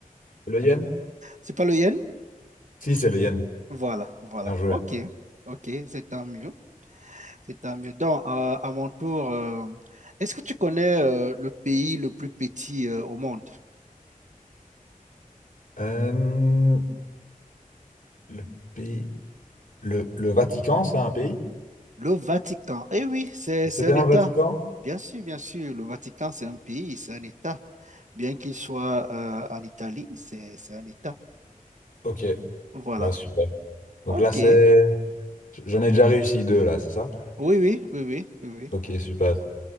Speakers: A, on the left (about 70°); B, on the right (about 60°).
A: C'est le yen?
B: C'est pas le yen?
A: Si, c'est le yen.
B: Voilà, voilà.
A: Bien joué.
B: Ok, ok, c'est tant mieux. C'est tant mieux. Donc, euh, à mon tour, euh, est-ce que tu connais euh, le pays le plus petit euh, au monde?
A: Euh, Le pays, le, le Vatican, c'est un pays?
B: Le Vatican. Eh oui, c'est,
A: C'est
B: c'est
A: bien
B: un État.
A: le Vatican?
B: Bien sûr, bien sûr. Le Vatican, c'est un pays, c'est un État. Bien qu'il soit euh, en Italie, c'est, c'est un État.
A: Ok,
B: Voilà.
A: ouais, super. Donc
B: OK.
A: là, c'est... J'en ai déjà réussi deux, là, c'est ça?
B: Oui, oui, oui, oui, oui, oui.
A: Ok, super.